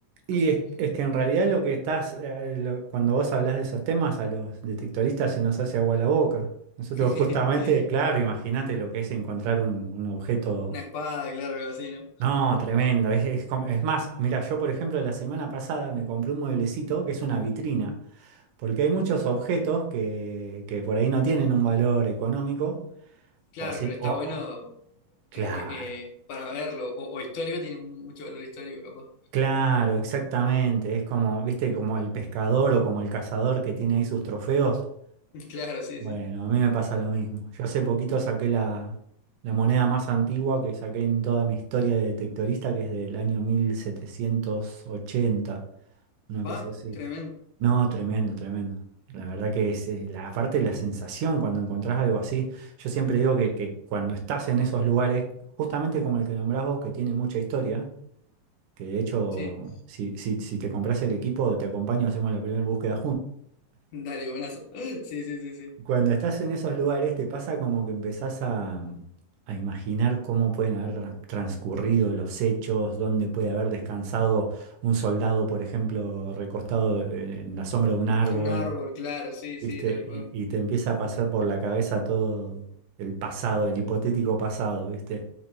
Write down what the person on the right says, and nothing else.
Y
es, es que en realidad lo que estás, eh, lo- cuando vos hablás de esos temas, a los detectoristas se nos hace agua la boca. Nosotros
justamente, claro, imagínate lo que es encontrar un, un objeto,
no, tremendo. Es, es com- es más, mira, yo por ejemplo la semana pasada me compré un mueblecito que es una vitrina, porque hay muchos objetos que, que por ahí no tienen un valor económico,
o sí,
o, o-
claro.
Claro, exactamente. Es como, viste, como el pescador o como el cazador que tiene ahí sus trofeos.
Bueno,
a mí me pasa lo mismo. Yo hace poquito saqué la, la moneda más antigua que saqué en toda mi historia de detectorista, que es del año 1780, una cosa
así.
No, tremendo, tremendo. La verdad que es eh, la parte de la sensación cuando encontrás algo así. Yo siempre digo que, que cuando estás en esos lugares, justamente como el que nombrás vos, que tiene mucha historia, que de hecho,
si, si, si te compras el equipo, te acompaño, hacemos la primera búsqueda
Cuando estás en esos lugares te pasa como que empezás a, a imaginar cómo pueden haber tra- transcurrido los hechos, dónde puede haber descansado un soldado, por ejemplo, recostado en, en la sombra de un árbol,
¿viste?
Y, y te empieza a pasar por la cabeza todo el pasado, el hipotético pasado, ¿viste?